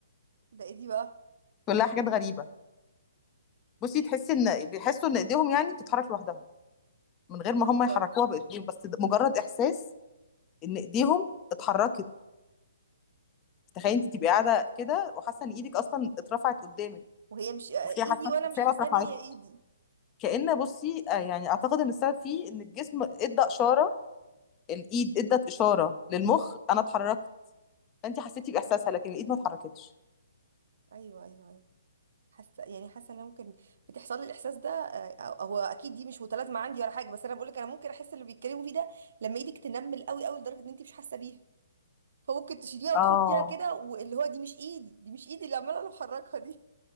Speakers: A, on the right; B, on the left.
A: ده ايدي بقى
B: كلها حاجات غريبة بصي تحسي إن بيحسوا إن إيديهم يعني بتتحرك لوحدها من غير ما
A: لا
B: هم يحركوها
A: والله
B: بإيديهم بس ده مجرد إحساس إن إيديهم اتحركت تخيل أنت تبقي قاعدة كده وحاسة إن إيدك أصلا اترفعت قدامك
A: وهي مش ايدي
B: وهي حاسة
A: وانا
B: بس
A: مش
B: هي
A: حاسه
B: ما اترفعتش
A: ان هي ايدي
B: كأن بصي آه، يعني أعتقد إن السبب فيه إن الجسم إدى إشارة الايد ادت اشاره للمخ انا اتحركت فانت حسيتي باحساسها لكن الايد ما اتحركتش
A: ايوه ايوه ايوه حاسه يعني حاسه ان انا ممكن بتحصل لي الاحساس ده آه، أو- هو اكيد دي مش متلازمه عندي ولا حاجه بس انا بقول لك انا ممكن احس اللي بيتكلموا فيه ده لما ايدك تنمل قوي قوي لدرجه ان انت مش حاسه بيها فممكن تشيليها وتحطيها
B: اه
A: كده واللي هو دي مش ايدي دي مش ايدي اللي عماله بحركها دي